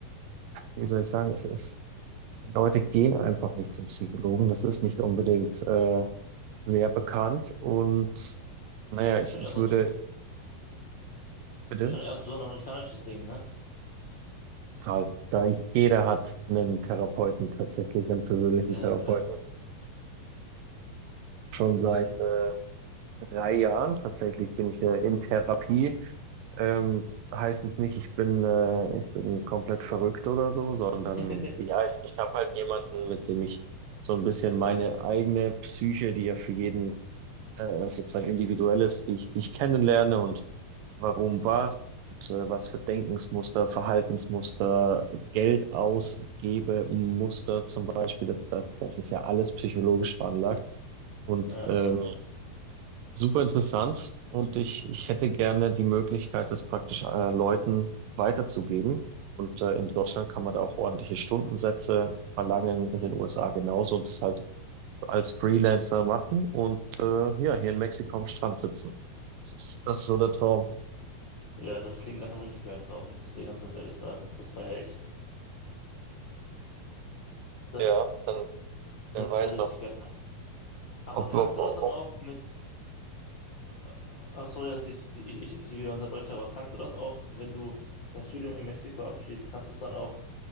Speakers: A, on the right; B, on the left.
A: wie soll ich sagen, es ist, die Leute gehen einfach nicht zum Psychologen. Das ist nicht unbedingt äh, sehr bekannt. Und naja, ich,
B: Schon
A: ich
B: eher so
A: würde,
B: ein,
A: bitte,
B: schon eher so ein amerikanisches Ding, ne?
A: total. Da ich, jeder hat einen Therapeuten tatsächlich, einen persönlichen
B: Ja,
A: Therapeuten,
B: ja,
A: schon
B: das
A: seit
B: stimmt.
A: äh, drei Jahren tatsächlich bin ich äh, in Therapie. Ähm, heißt jetzt nicht, ich bin, äh, ich bin komplett verrückt oder so, sondern
B: <laughs>
A: ja, ich, ich habe halt jemanden, mit dem ich so ein bisschen meine eigene Psyche, die ja für jeden äh, sozusagen individuell ist, die ich, die ich kennenlerne und warum was und äh, was für Denkensmuster, Verhaltensmuster, Geld ausgebe Muster zum Beispiel, das, das ist ja alles psychologisch veranlagt. Und
B: Ja,
A: ähm,
B: ja.
A: Super interessant und ich, ich hätte gerne die Möglichkeit, das praktisch äh, Leuten weiterzugeben. Und äh, in Deutschland kann man da auch ordentliche Stundensätze verlangen, in den USA genauso und das halt als Freelancer machen und äh, ja, hier in Mexiko am Strand sitzen. Das ist, das ist so der Traum.
B: Ja, das klingt nach einem richtig geilen Traum, muss ich dir ganz, ganz ehrlich sagen. Das feiere ich. Das,
A: Ja, dann
B: das hört
A: wer
B: sich
A: weiß
B: wieder richtig
A: noch,
B: geil an. Aber
A: ob,
B: kannst
A: ob,
B: du das dann
A: ob
B: auch mit, äh, ah, sorry, dass ich, ich, ich, ich wieder unterbreche, aber kannst du das auch, wenn du dein Studium in Mexiko abschließt, kannst du es dann auch